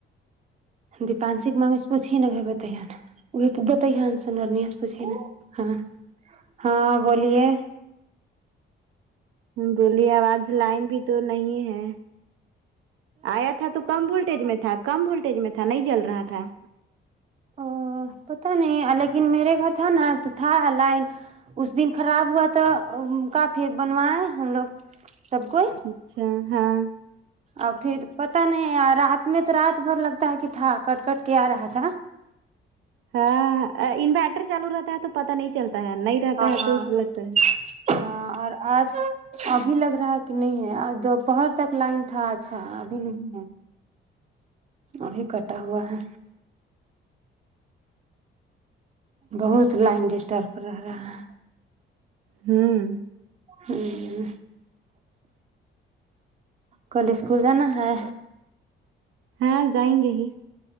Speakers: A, on the right (about 35°); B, on the right (about 80°).
A: دیپانشپ <unintelligible> <unintelligible> ہاں ہاں بولیے
B: بولیے آواز لائن بھی تو نہیں ہے آیا تھا تو کم وولٹیج میں تھا کم وولٹیج میں تھا نہیں جل رہا تھا
A: او پتہ نہیں الیکن میرے گھر تھا نا تو تھا لائن اس دن خراب ہوا تو ان کا پھر بنوائے ہم لوگ سب کوئی
B: اچھا ہاں
A: اور پھر پتہ نہیں رات میں تو رات بھر لگتا ہے کی تھا کٹ کٹ کے آ رہا تھا
B: ہاں انوائٹر چالو رہتا ہے تو پتہ نہیں چلتا ہے نہیں رہتا
A: ہاں
B: ہے تو اس میں لگتا ہے
A: ہاں اور آج ابھی لگ رہا کی نہیں ہے دوپہر تک لائن تھا اچھا ابھی نہیں ہے وہ بھی کٹا ہوا ہے بہت لائن ڈسٹرب رہ رہا ہے
B: ہوں
A: ہمم کل اسکول جانا ہے
B: ہاں جائیں گے ہی